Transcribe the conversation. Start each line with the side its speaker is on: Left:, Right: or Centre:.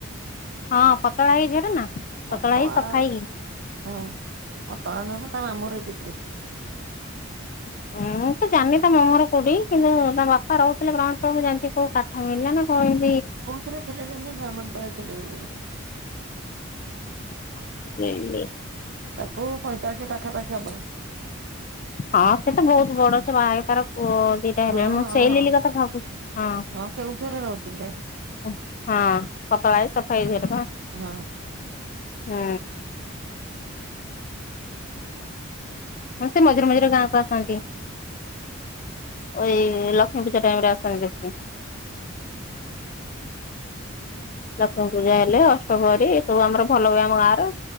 Left: ହଁ ପତଳା ହେଇକି ଝିଅଟା ନା ପତଳା
Right: ଉତଳା
Left: ହେଇ ସଫା ହେଇକି
Right: ହଁ ପତଳା ନୁହଁକି ତା ମାମଁ ଘର ଏଇ ଚିତ୍ରି
Left: ମୁଁ ତ ଜାଣି ତମ ଘର କୋଉଠି କିନ୍ତୁ ତା ବାପା ରହୁଥିଲେ <unintelligible> ଜାଣିଛି କୋଉ କାଠ ମିଳିଲା ନା କହିଲ
Right: କୋଉଥିରେ ଥିଲେ ଯେନ୍ତୀ ବ୍ରାହ୍ମଣୀ ପାଳରେ ଥିଲେ ବୋଲି ଜାଣିଛି।
Left: <unintelligible>
Right: ତାକୁ ପଇଁଚାଳିଶ ପାଖାପାଖି ହବଣି।
Left: ହଁ ସେ ତ ବହୁତ ବଡ ଅଛ ବାହା ହେଇ ତାର ପୁଅ ଦି ତାହେଲେ
Right: ହଁ
Left: ମୁଁ
Right: ହଁ
Left: ସେଇ
Right: ହଁ
Left: ଲିଲି କଥା ଭାବୁଛି, ହଁ।
Right: ହଁ କେଉଁଝରରେ ରହୁଛି ପ୍ରାୟ
Left: ହଁ ପତଳା ହେଇ ସଫା ହେଇ ଝିଅଟେ ପା।
Right: ହଁ।
Left: ହୁଁ। ହଁ ସେ ମଝିରେ ମଝିରେ ଗାଁକୁ ଆସନ୍ତି। ଓ ଏଇ ଲକ୍ଷ୍ମୀ ପୂଜା ଟାଇମ ରେ ଆସନ୍ତି ଦେଖି। ଲକ୍ଷ୍ମୀ ପୂଜା ହେଲେ ଅଷ୍ଟମରୀ ଏ ସବୁ ଆମର ଭଲ ହୁଏ ଆମ ଗାଁ ରେ।